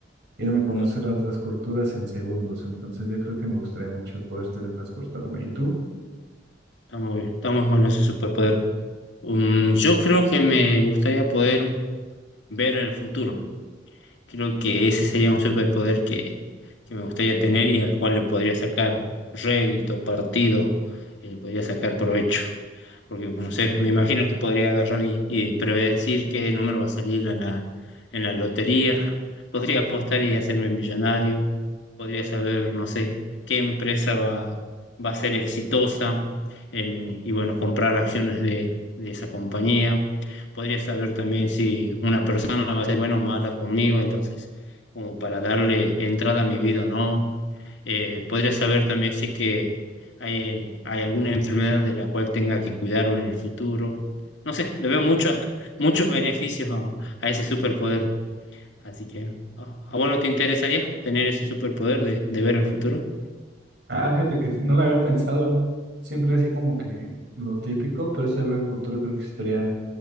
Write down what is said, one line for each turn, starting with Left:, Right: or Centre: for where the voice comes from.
Right: irme a conocer
Left: Claro.
Right: a otras culturas en segundos. Entonces yo creo que me gustaría mucho poder teletransportarme. ¿Y tú?
Left: Está muy bien, está muy bueno ese superpoder. Um, yo creo que me gustaría poder ver el futuro. Creo que ese sería un superpoder que, que me gustaría tener y al cual le podría sacar rédito, partido, y le podría sacar provecho porque no sé, me imagino que podría agarrar y, y predecir qué número va a salir en la, en la lotería, podría apostar y hacerme millonario, podría saber, no sé, qué empresa va, va a ser exitosa en- y bueno, comprar acciones de, de esa compañía, podría saber también si una persona va a ser buena o mala conmigo, entonces, como para darle entrada a mi vida o no. Eh, podría saber también si es que ¿Hay, hay alguna enfermedad de la cual tenga que cuidarme en el futuro? No sé, le veo muchos, <laughs> muchos beneficios a, a ese superpoder. Así que, ¿a, a vos no te interesaría tener ese superpoder de, de ver el futuro?
Right: Ah, fíjate que sí, no lo había pensado. Siempre así como que lo típico, pero ese ver el futuro creo que estaría